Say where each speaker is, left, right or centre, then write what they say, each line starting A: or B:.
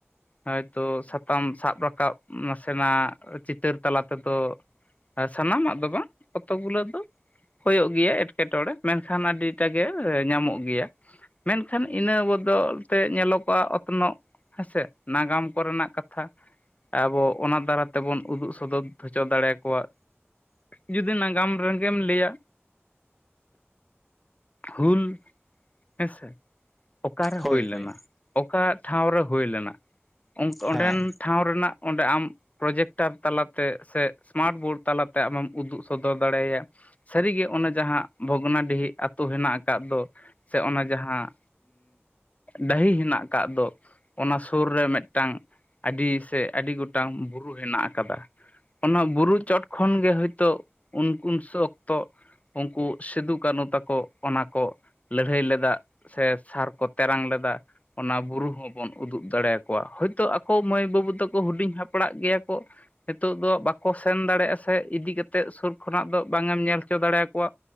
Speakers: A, on the left; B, in the centre.
A: ᱦᱳᱭᱛᱚ ᱥᱟᱛᱟᱢ ᱥᱟᱵ ᱨᱟᱠᱟᱵ ᱱᱟᱥᱮᱱᱟᱜ ᱪᱤᱛᱟᱹᱨ ᱛᱟᱞᱟ ᱛᱮᱫᱚ ᱥᱟᱱᱟᱢᱟᱜ ᱫᱚ ᱵᱟᱝ ᱠᱚᱛᱚ ᱜᱩᱞᱟᱹ ᱫᱚ ᱦᱩᱭᱩᱜ ᱜᱮᱭᱟ ᱮᱴᱠᱮᱴᱚᱬᱮ ᱢᱮᱱᱠᱷᱟᱱ ᱟᱹᱰᱤᱴᱟᱜᱮ ᱧᱟᱢᱚᱜ ᱜᱮᱭᱟ ᱢᱮᱱᱠᱷᱟᱱ ᱤᱱᱟᱹ ᱵᱚᱫᱚᱞ ᱛᱮ ᱧᱮᱞᱚᱜᱚᱜᱼᱟ ᱚᱛᱱᱚᱜ ᱦᱮᱸᱥᱮ ᱱᱟᱜᱟᱢ ᱠᱚᱨᱮᱱᱟᱜ ᱠᱟᱛᱷᱟ ᱟᱵᱚ ᱚᱱᱟ ᱫᱟᱨᱟ ᱛᱮᱵᱚᱱ ᱩᱫᱩᱜ ᱥᱚᱫᱚᱨ ᱦᱚᱪᱚ ᱫᱟᱲᱮᱭᱟᱠᱚᱣᱟ ᱡᱩᱫᱤ ᱱᱟᱜᱟᱢ ᱨᱮᱜᱮᱢ ᱞᱟᱹᱭᱟ ᱦᱩᱞ ᱦᱮᱸ ᱥᱮ ᱚᱠᱟᱨᱮ
B: ᱦᱳᱭ
A: ᱦᱩᱭ
B: ᱦᱳᱭ
A: ᱞᱮᱱᱟ ᱚᱠᱟ ᱴᱷᱟᱶ ᱨᱮ ᱦᱩᱭ ᱞᱮᱱᱟ ᱚᱸᱰᱮᱱ
B: ᱦᱮᱸ
A: ᱴᱷᱟᱶ ᱨᱮᱱᱟᱜ ᱚᱸᱰᱮ ᱟᱢ ᱯᱨᱚᱡᱮᱠᱴᱟᱨ ᱛᱟᱞᱟᱛᱮ ᱥᱮ ᱥᱢᱟᱨᱴ ᱵᱳᱨᱰ ᱛᱟᱞᱟᱛᱮ ᱟᱢᱮᱢ ᱩᱫᱩᱜ ᱥᱚᱫᱚᱨ ᱫᱟᱲᱮᱭᱟᱭᱟ ᱥᱟᱹᱨᱤ ᱜᱮ ᱚᱱᱮ ᱡᱟᱦᱟᱸ ᱵᱷᱚᱜᱽᱱᱟᱰᱤᱦᱤ ᱟᱛᱳ ᱦᱮᱱᱟᱜ ᱟᱠᱟᱫ ᱫᱚ ᱥᱮ ᱚᱱᱟ ᱡᱟᱦᱟᱸ ᱰᱟᱹᱦᱤ ᱦᱮᱱᱟᱜ ᱟᱠᱟᱫ ᱫᱚ ᱚᱱᱟ ᱥᱩᱨ ᱨᱮ ᱢᱤᱫᱴᱟᱝ ᱟᱹᱰᱤ ᱥᱮ ᱟᱹᱰᱤ ᱜᱚᱴᱟᱝ ᱵᱩᱨᱩ ᱦᱮᱱᱟᱜ ᱟᱠᱟᱫᱟ ᱚᱱᱟ ᱵᱩᱨᱩ ᱪᱚᱴ ᱠᱷᱚᱱ ᱜᱮ ᱦᱳᱭᱛᱳ <unintelligible> ᱚᱠᱛᱚ ᱩᱱᱠᱩ ᱥᱤᱫᱩ ᱠᱟᱹᱱᱦᱩ ᱛᱟᱠᱚ ᱚᱱᱟ ᱠᱚ ᱞᱟᱹᱲᱦᱟᱹᱭ ᱞᱮᱫᱟ ᱥᱮ ᱥᱟᱨ ᱠᱚ ᱛᱮᱨᱟᱝ ᱞᱮᱫᱟ ᱚᱱᱟ ᱵᱩᱨᱩ ᱦᱚᱸ ᱵᱚᱱ ᱩᱫᱩᱜ ᱫᱟᱲᱮ ᱭᱟᱠᱚᱣᱟ ᱦᱚᱳᱭᱛᱳ ᱟᱠᱚ ᱢᱟᱹᱭ ᱵᱟᱹᱵᱩ ᱛᱟᱠᱚ ᱦᱩᱰᱤᱧ ᱦᱟᱯᱲᱟᱜ ᱜᱮᱭᱟ ᱠᱚ ᱱᱤᱛᱚᱜ ᱫᱚ ᱵᱟᱠᱚ ᱥᱮᱱ ᱫᱟᱲᱮᱭᱟᱜᱼᱟ ᱥᱮ ᱤᱫᱤ ᱠᱟᱛᱮᱫ ᱥᱩᱨ ᱠᱷᱚᱱᱟᱜ ᱫᱚ ᱵᱟᱝ ᱮᱢ ᱧᱮᱞ ᱦᱚᱪᱚ ᱫᱟᱲᱮ ᱭᱟᱠᱚᱣᱟ